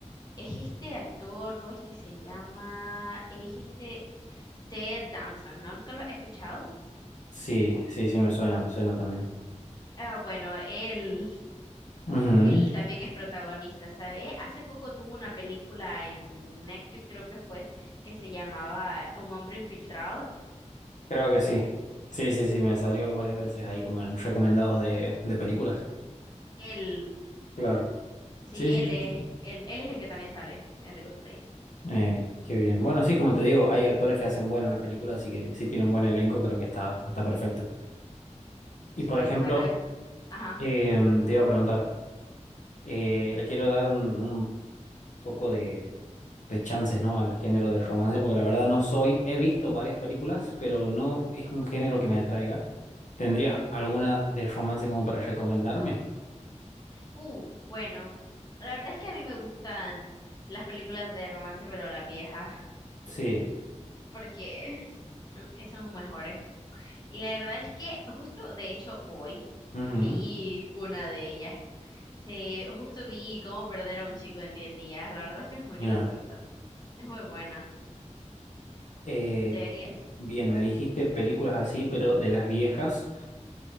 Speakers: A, on the left (about 35°); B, on the left (about 80°).
A: Es este actor, ¿cómo es que se llama? Es este Ted Danson, ¿no? ¿Nunca lo he escuchado?
B: sí, sí, sí, me suena, me suena también.
A: Ah, bueno, él,
B: Ujú.
A: él también es protagonista, ¿sabes? Hace poco tuvo una película en Netflix, creo que fue, que se llamaba Un hombre infiltrado.
B: Creo que sí. Sí, sí, sí, me salió varias veces ahí como en recomendados de, de películas.
A: Él,
B: Claro.
A: sí,
B: Sí, sí.
A: él es, él, él es el que también sale en The Good Place.
B: Eh, qué bien. Bueno, sí, como te digo, hay actores que hacen buena una película, así que si tiene un buen elenco, creo que está, está perfecto. Y
A: Sí,
B: por ejemplo,
A: bueno, eh, ajá.
B: eh, te iba a preguntar, eh, le quiero dar un, un poco de, de chances, ¿no? Al género del romance, porque la verdad no soy, he visto varias películas, pero no es un género que me atraiga. ¿Tendrías alguna de romance como para recomendarme?
A: Uh, bueno, la verdad es que a mí me gustan las películas de romance, pero las viejas.
B: Sí.
A: porque <laughs> mm, son mejores. Y la verdad es que justo, de hecho, hoy
B: Ujú.
A: vi una de ellas. Se, justo vi cómo perder a un chico en diez días. La verdad es que es muy graciosa.
B: Ya.
A: Es muy buena.
B: Eh,
A: Debería.
B: bien, me dijiste películas así, pero de las viejas.